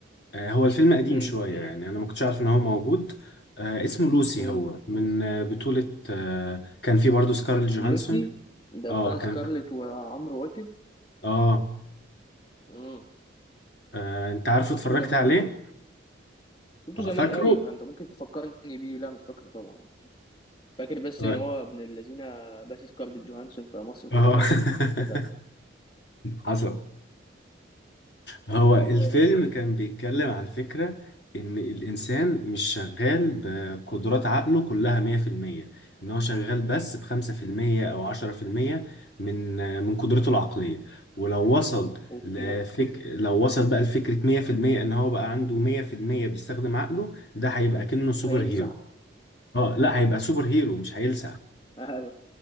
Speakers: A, on the left; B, on the left.
A: آه، هو الفيلم قديم
B: امم
A: شوية يعني أنا ما كنتش عارف إن هو موجود آه، اسمه لوسي
B: امم
A: هو من آه، بطولة آه، كان فيه برضه سكارل جوهانسون
B: لوسي ده
A: اه
B: بتاع
A: كان
B: سكارلت وعمرو واكد
A: اه
B: امم
A: آه، أنت عارفه
B: شفته
A: اتفرجت
B: زمان
A: عليه؟
B: قوي شفته
A: اه
B: زمان
A: فاكره؟
B: قوي فانت ممكن تفكرني بيه لا مش فاكره طبعا فاكر بس
A: اه
B: ان هو ابن الذين بس سكارلت جوهانسون في مصر كلها
A: آه.
B: كانت
A: <laughs>
B: بتحقد عليه
A: حصل هو الفيلم
B: <laughs>
A: كان بيتكلم عن فكرة إن الإنسان مش شغال بقدرات عقله كلها 100% إن هو شغال بس بخمسة في المية أو عشرة في المية من من قدرته العقلية ولو وصل
B: اوكي
A: لفك... لو وصل بقى لفكرة 100% إن هو بقى عنده 100% بيستخدم عقله ده هيبقى كأنه سوبر
B: هيلسع
A: هيرو اه لا هيبقى سوبر هيرو مش هيلسع
B: ايوه